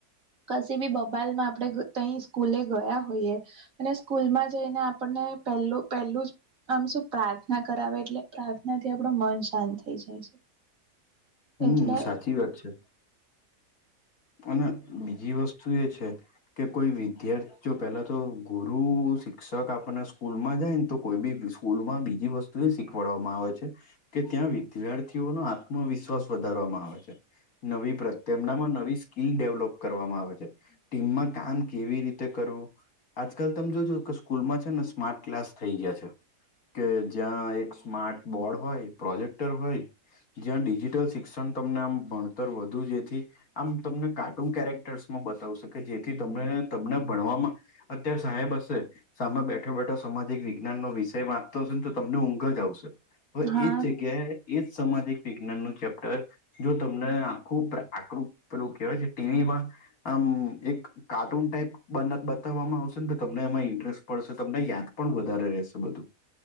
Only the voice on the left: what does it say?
હમ,
સાચી વાત છે. અને બીજી વસ્તુ એ છે. કે કોઈ વિદ્યાર્થી જો પેલા તો ગુરુ શિક્ષક આપણા સ્કૂલ માં જાય ને, તો કોઈ બી સ્કૂલમાં બીજી વસ્તુ એ શીખવાડવામાં આવે છે. કે ત્યાં વિદ્યાર્થીઓ નો આત્મવિશ્વાસ વધારવામાં આવે છે. નવી પ્રત તેમનામાં નવી સ્કિલ ડેવલોપ કરવામાં આવે છે, ટીમમાં કામ કેવી રીતે કરવું. આજકાલ તમે જોજો ક સ્કૂલમાં છે ને, સ્માર્ટ ક્લાસ થઈ ગયા છે. કે જ્યાં એક સ્માર્ટ બોર્ડ હોય, પ્રોજેક્ટર હોય‌. જ્યાં ડિજિટલ શિક્ષણ તમને આમ ભણતર વધુ જેથી આમ તમને કાર્ટૂન કેરેક્ટર્સમાં બતાવ શકે, જેથી તમને તમને ભણવામાં અત્યારે સાહેબ હશે. સામે બેઠો-બેઠો સમાજિક વિજ્ઞાનનો વિષય વાંચતો હશે ને, તો તમને ઊંઘ જ આવશે. હવે
એ જ જગ્યાએ એ જ સમાજ એક વિજ્ઞાન નું ચેપ્ટર, જો તમને આખું આકૃત પેલું કેવાય છે, ટીવી માં આમ એક કાર્ટૂન ટાઈપ બતાવવામાં આવશે ને, તો તમને એમાં ઇન્ટરેસ્ટ પડશે તમને યાદ પણ વધારે રહેશે બધું.